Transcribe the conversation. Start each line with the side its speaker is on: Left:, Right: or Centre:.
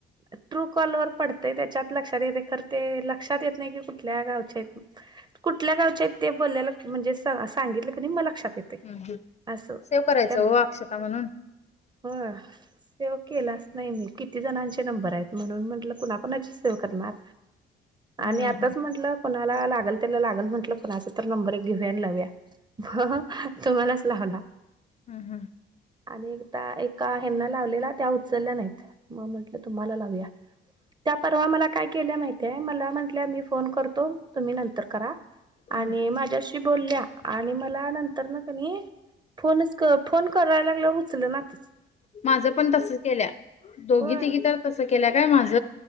Right: करते ट्रू कॉल वर पडतय त्याच्यात लक्षात येते खर ते लक्षात येत नाही की कुठल्या गावच्या आहेत फक्त कुठल्या गावच्या आहेत ते बोलल्यालत त. म्हणजे सांगितलं तरी म लक्षात येते
Left: हम्म हम्म
Right: असं
Left: सेव्ह करायचं
Right: त्या
Left: हो अक्षता म्हणून
Right: हो सेव केलाच नाही मी किती जणांची एक नंबर हाय बराय मग मी म्हंटल कुणाकुणाची सेव्ह करणार
Left: हम्म
Right: आणि
Left: हम्म
Right: आत्ताच
Left: हम्म
Right: म्हंटल कोणाला लागल त्याला लागल म्हंटलं कुणाच तर नंबर घेऊया आणि लावूया ह. ह. तुम्हालाच लावला
Left: हम् हम्म
Right: आणि एकदा एका हेना लावलेला त्या उचलल्या नाहीत मग म्हटलं तुम्हाला लावूया त्या परवा मला काय केल्या माहितीय मला म्हटल्या मी फोन करतो तुम्ही नंतर करा
Left: हम्म.
Right: आणि माझ्याशी बोलल्या आणि मला नंतर न कणी फोनच फोन करायला लागलोय उचलना तच
Left: माझं पण तस केल्या दोघी
Right: होय
Left: तिघी तर तस केल्या काय माझ